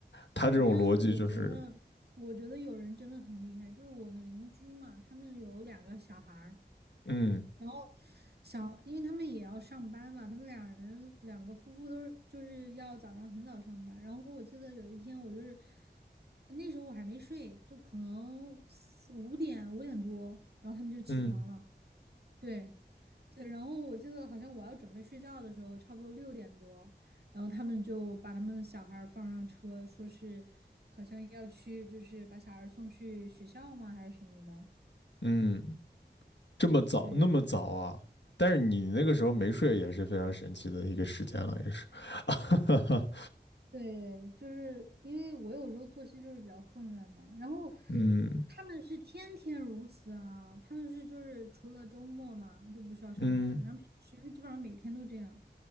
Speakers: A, on the left (about 80°); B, on the right (about 65°).
A: 他这种逻辑就是
B: 反正我觉得，我觉得有人真的很厉害，就是我们邻居嘛，他们有两个小孩儿，
A: 嗯
B: 然后小，因为他们也要上班嘛，他们两人两个夫妇都是就是要早上很早上班，然后我记得有一天我就是那时候我还没睡，就可能四五点五点多，然后他们就起床了，
A: 嗯
B: 对，对，然后我记得好像我要准备睡觉的时候，差不多六点多，然后他们就把他们的小孩儿放上车，说是好像要去，就是把小孩儿送去学校吗，还是什么的？
A: 嗯这么早那么早啊，
B: 对，
A: 但是你那个时候没睡也是非常神奇的一个时间了，也是，<laughs>
B: 对，就是因为我有时候作息就是比较混乱嘛，然后
A: 嗯
B: 他们是天天如此啊，他们是就是除了周末嘛就不需要上班，
A: 嗯，
B: 然后平时基本上每天都这样，